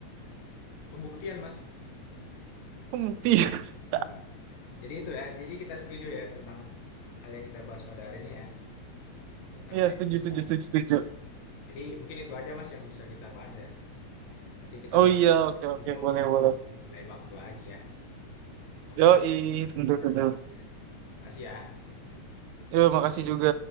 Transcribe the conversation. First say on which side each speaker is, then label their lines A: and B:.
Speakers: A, on the left (about 75°); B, on the right (about 80°).
A: Pembuktian, Mas.
B: pembuktian <laughs>
A: Nah. Jadi itu ya. Jadi kita setuju ya tentang hal yang kita bahas pada hari ini ya, tentang
B: Iya, setuju,
A: MU
B: setuju,
A: ya.
B: setuju, setuju.
A: Jadi mungkin itu aja Mas yang bisa kita bahas ya. Nanti kita
B: Oh
A: bahas
B: iya, oke,
A: lebih
B: oke,
A: jauh
B: boleh, boleh.
A: di lain waktu lagi ya. Oke,
B: Yoi,
A: sampai
B: tentu
A: berbicara.
B: saja.
A: Makasih ya.
B: Yo, makasih juga.